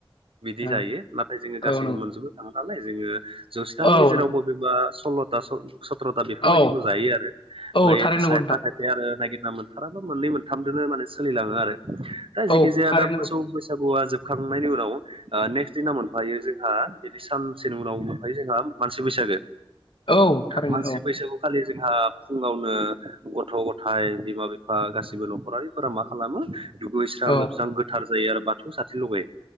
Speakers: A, on the right; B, on the left.
A: बिदि
B: औ
A: जायो नाथाय जोङो गासैखौबो
B: औ नंगौ
A: मोनजोबो थाङो नालाय जोङो जौसेथानि
B: औ
A: गेजेराव
B: नंगौ
A: बबेबा सल्ल' था सत्र'था बेफोरबायदिखौ
B: औ
A: जायो आरो
B: औ
A: ओमफ्राय
B: थारैनो नंगौ
A: सायफा
B: नोंथां
A: खायफा आरो नागिरना मोनथाराबा मोननै मोनथामजोंनो माने सोलिलाङो आरो। दा
B: औ
A: जेखिजाया
B: थारैनो
A: दा
B: नंगौ
A: मोसौ बैसागुया जोब खांनायनि उनाव नेक्स्ट दिना मोनफायो जोंहा बिदि सानसेनि उनाव मोनफैयो जोंहा मानसि बैसागो
B: औ थारैनो
A: मानसि
B: औ
A: बैसागु खालि जोंहा गावनो गथ' गथाइ बिमा बिफा गासिबो न'खरारिफोरा मा खालामो दुगैस्रां
B: औ
A: लोबस्रां गोथार जायो आरो बाथौ सासे लगायो